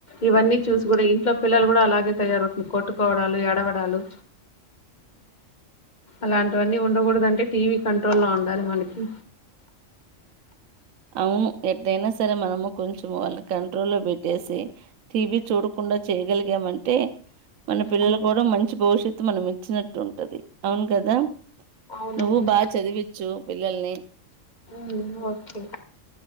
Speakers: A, on the left; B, on the right.
A: ఇవన్నీ చూసి కూడా ఇంట్లో పిల్లలు కూడా అలాగే తయారవుతుంది కొట్టుకోవడాలు ఏడవడాలు అలాంటివన్నీ ఉండకూడదు అంటే టీవీ కంట్రోల్ లో ఉండాలి మనకి
B: అవును ఎట్ట అయినా సరే మనము కొంచెం వాళ్ళని కంట్రోల్ లో పెట్టేసి టీవీ చూడకుండా చేయగలిగామంటే మన పిల్లలు
A: అవునండి
B: కూడా మంచి భవిష్యత్ మనం ఇచ్చినట్టు ఉంటది అవును కదా
A: అవునండి
B: నువ్వు బాగా చదివిచ్చు పిల్లల్ని
A: మ్మ్ ఓకే